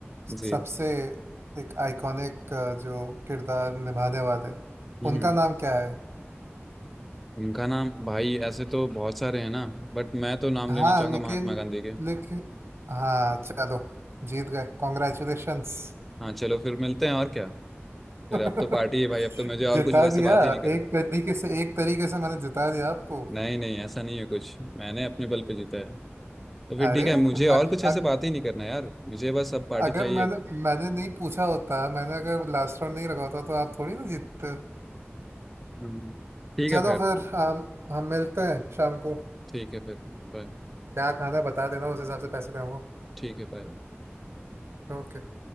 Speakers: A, on the right; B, in the centre.
A: सबसे
B: जी
A: एक आइकॉनिक जो किरदार निभाने वाले
B: हम्म
A: उनका नाम क्या है
B: इनका नाम भाई ऐसे तो बहुत सारे हैं ना बट मैं तो नाम
A: हाँ
B: लेना चाहूंगा
A: लेकिन
B: महात्मा गांधी के
A: लेकिन हाँ चलो जीत गए कॉन्ग्रेचुलेशंस
B: हाँ चलो फिर मिलते हैं और क्या फिर
A: <laughs>
B: अब तो पार्टी है भाई अब तो मुझे और
A: जिता
B: कुछ वैसे
A: दिया
B: बात ही नहीं करना
A: एक तरीके से एक तरीके से मैंने जिता दिया आपको
B: नहीं नहीं ऐसा नहीं है कुछ मैंने अपने बल पे जीता है तो फिर
A: अरे
B: ठीक है मुझे
A: मैं,
B: और कुछ ऐसे
A: अ-
B: बात ही नहीं करना यार मुझे बस अब पार्टी
A: अगर
B: चाहिए
A: मैंने मैंने नहीं पूछा होता मैंने अगर लास्ट राउंड नहीं रखा होता तो आप थोड़ी ना जीतते
B: हम्म। ठीक
A: चलो
B: है फिर
A: फिर हम हम मिलते हैं शाम को
B: ठीक है फिर बाय
A: क्या खाना है बता देना उस हिसाब से पैसे दूंगा
B: ठीक है बाय
A: ओके